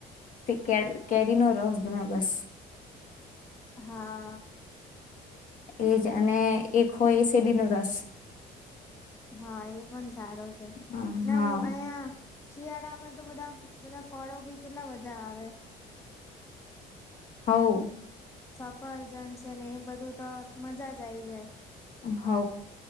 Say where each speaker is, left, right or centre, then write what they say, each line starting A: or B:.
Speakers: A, on the left; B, on the left.
A: કે કેરીનો રસ ગમે બસ.
B: હા.
A: એજ અને એક હોય એ શેરડી નો રસ.
B: હા એ પણ સારો છે
A: હમ,
B: ને
A: હા
B: હું અહયા. શિયાળામાં તો બધા બધા ફળો બી કેટલા બધા આવે.
A: હઓ.
B: સાફ. ફરજન છે ને એ બધું. તો મજા જ આવી જાય.
A: હ